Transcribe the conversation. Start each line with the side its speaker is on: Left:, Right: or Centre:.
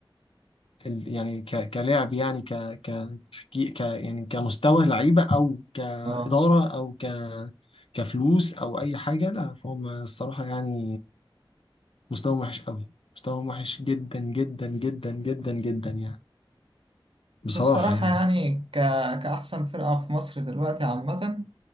Left: ال- يعني ك- كلاعب يعني ك ك ك يعني كمستوى لعيبه او كاداره
Right: اه
Left: او ك كفلوس او اي حاجه لا فهم الصراحه يعني مستواهم وحش قوي مستواهم وحش جدا جدا جدا جدا جدا يعني بصراحه
Right: بس الصراحة
Left: يعني
Right: يعني ك... كأحسن فرقة في مصر دلوقتي عامة